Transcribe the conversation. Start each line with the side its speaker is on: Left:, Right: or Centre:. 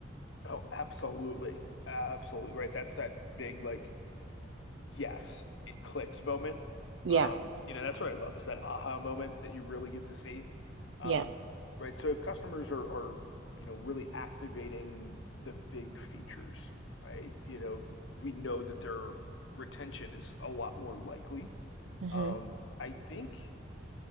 Left: Oh, absolutely. Absolutely. Right. That's that big, like, yes, it clicks moment.
Right: Yeah,
Left: Um, you know, that's what I love is that aha moment that you really get to see. Um,
Right: yeah.
Left: right. So if customers are, are, you know, really activating the big features, right? You know, we know that their retention is a lot more likely.
Right: hmm
Left: Um, I think.